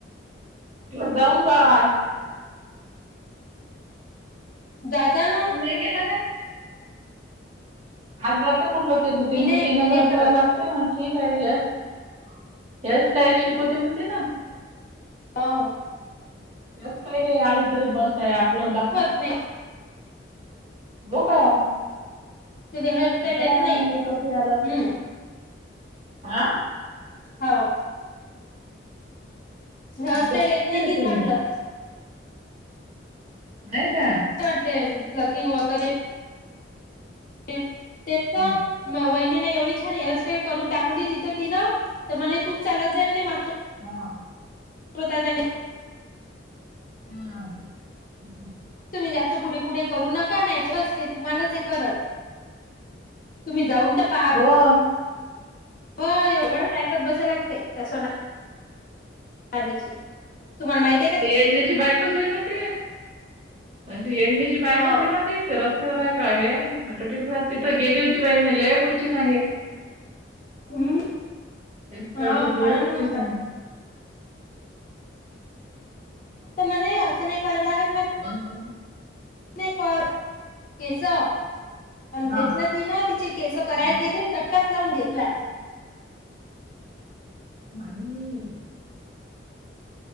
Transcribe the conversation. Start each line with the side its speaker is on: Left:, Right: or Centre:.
Right: जाऊन पहा
Left: जा. जा‌. ना
Right: ते गेल काय आज जाते म्हटलं कि ते
Left: मी नाही
Right: तीन
Left: मी
Right: हजार
Left: नाही करत
Right: भराय लागतय ते ठीक आहे. ह हअर स्टाईल शिकवते म्हणते ना.
Left: अ..
Right: जास्त वेळ तर आली तरी बस. आपल बाकी.
Left: शिकवत
Right: बोका
Left: हेअरस्टाईल
Right: बर
Left: येत
Right: आहे. मग
Left: नाही
Right: मेकअपी आला तर.
Left: हम्म
Right: आ..
Left: हो. हेअस्टाईल
Right: मेकअप शिकवते
Left: येत नाही तील
Right: का पूर्ण
Left: म्हटलं.
Right: नाही का?
Left: वाटते प्लकिंग वगैरे तेच तर
Right: हा
Left: वहिनी ना एवढी छान हेअरस्टाईल. करून दाखवली तिथं तिनं तर म्हणे तूच चालत जाई म्हणे मा-
Right: हा
Left: ओ दादा घ्या.
Right: हम् हम‌् हम‌्
Left: तुम्ही जास्त पुढे पुढे करू नका. नाही तर ते तुम्हालाच हे करल. तुम्ही जाऊन तर पहावं
Right: बोल
Left: हो. एवढच ऐकत बस लागते. तसं- आधीची तुम्हाला नाईत
Right: ते येडण्याची बायकोचं हाय ना ते म्हट येडण्याची बायकच
Left: हो
Right: आहे ना ते ते रस्ते य काय आहे आटोटी तिथं गेली होती बाई मी लय गोष्टी सांगे
Left: हम्म
Right: मला
Left: हो
Right: गेल तुला
Left: पान
Right: गोष्टी
Left: होता
Right: सांग
Left: तर म्हणे. अस नाही कराय लागत मग-
Right: बघ करु.
Left: नाही क केस पण घेतलं
Right: हा
Left: ती ना तिची केस करायला
Right: हा
Left: गेली. चटकाच लावून घेतला.
Right: बाईईई